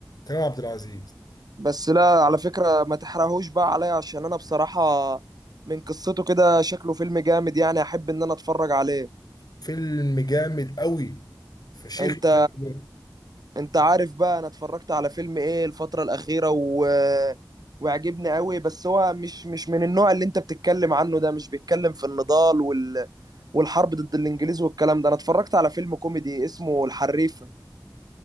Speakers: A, on the left (about 60°); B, on the right (about 60°).
A: كريم عبد العزيز
B: بس لا على فكرة ما تحرقهوش بقى عليا عشان انا بصراحة من قصته كده شكله فيلم جامد يعني احب ان انا اتفرج عليه
A: فيلم جامد قوي فشيخ
B: انت
A: الفيلم ده
B: انت عارف بقى انا اتفرجت على فيلم ايه الفترة الأخيرة و... وعجبني قوي بس هو مش مش من النوع اللي انت بتتكلم عنه ده مش بيتكلم في النضال وال... والحرب ضد الانجليز والكلام ده انا اتفرجت على فيلم كوميدي اسمه الحريفة